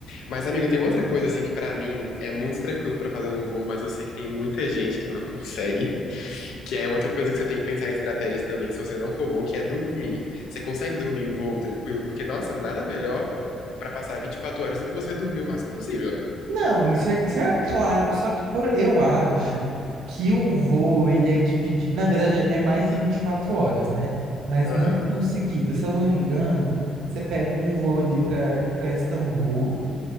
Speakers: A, on the left; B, on the right.
A: Mas, amigo, tem outra coisa, assim, que pra mim é muito tranquilo pra fazer num voo, mas eu sei que tem muita gente que não <laughs> consegue, que é outra coisa que você tem que pensar em estratégias também, se você não for bom, que é dormir. Você consegue dormir em voo tranquilo? Porque, nossa, nada melhor pra passar 24 horas do que você dormir o máximo possível, né?
B: Não, isso é, isso é claro, só que por, eu acho que o voo, ele é dividido, na verdade, é mais que 24 horas, né? Mas
A: Aham,
B: não tão seguida, se eu não me engano, você pega um voo ali para para Istambul